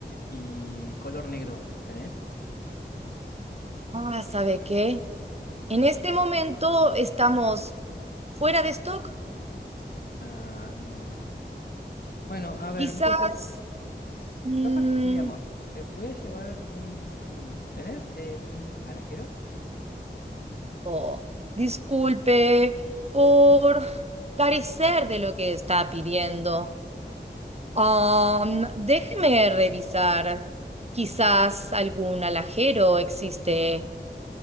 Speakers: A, on the left; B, on the right.
A: ¿Y color negro? ¿Tenés?
B: Ah, ¿sabe qué? En este momento estamos fuera de stock.
A: Ah, bueno. Bueno, a ver,
B: Quizás
A: entonces, s-
B: mm,
A: capaz que cambiamos. Eh, voy a llevar un... ¿Tenés eh, un alajero?
B: o disculpe por carecer de lo que está pidiendo. Am, déjeme revisar. Quizás algún alajero existe.